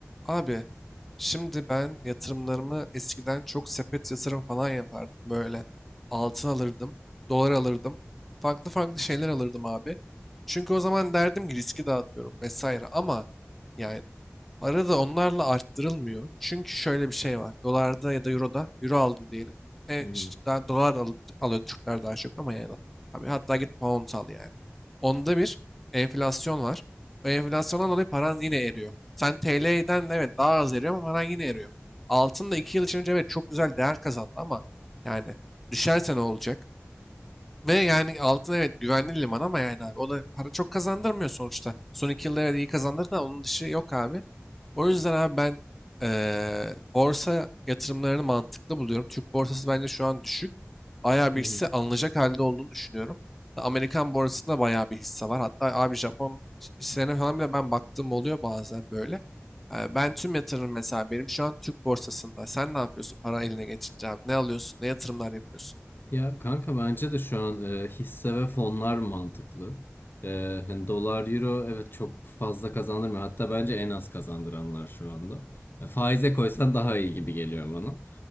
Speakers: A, in the centre; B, on the left.
A: Abi şimdi ben yatırımlarımı eskiden çok sepet yatırım falan yapardım. Böyle altın alırdım, dolar alırdım. Farklı farklı şeyler alırdım abi. Çünkü o zaman derdim ki riski dağıtıyorum vesaire. Ama yani para da onlarla arttırılmıyor. Çünkü şöyle bir şey var. Dolarda ya da euroda euro aldım diyelim. E,
B: Hı hı.
A: ş- daha dolar al- alıyor Türkler daha çok ama yani. Abi hatta git pound al yani. Onda bir enflasyon var. O enflasyondan dolayı paran yine eriyor. Sen TL'den de evet daha az eriyor ama paran yine eriyor. Altın da 2 yıl içinde evet çok güzel değer kazandı ama yani düşerse ne olacak? Ve yani altın evet güvenli liman ama yani abi o da para çok kazandırmıyor sonuçta. Son iki yılda evet iyi kazandırdı da onun dışı yok abi. O yüzden abi ben eee, borsa yatırımlarını mantıklı buluyorum. Türk borsası bence şu an düşük. Bayağı
B: Hı
A: bir
B: hı.
A: hisse alınacak halde olduğunu düşünüyorum. Amerikan borsasında bayağı bir hisse var. Hatta abi Japon hisselerine falan bile ben baktığım oluyor bazen böyle. Eee, ben tüm yatırım mesela benim şu an Türk borsasında. Sen ne yapıyorsun para eline geçince abi? Ne alıyorsun? Ne yatırımlar yapıyorsun?
B: Ya kanka bence de şu an e, hisse ve fonlar mantıklı. E, hani dolar, euro evet çok fazla kazandırmıyor. Hatta bence en az kazandıranlar şu anda. E, faize koysan daha iyi gibi geliyor bana.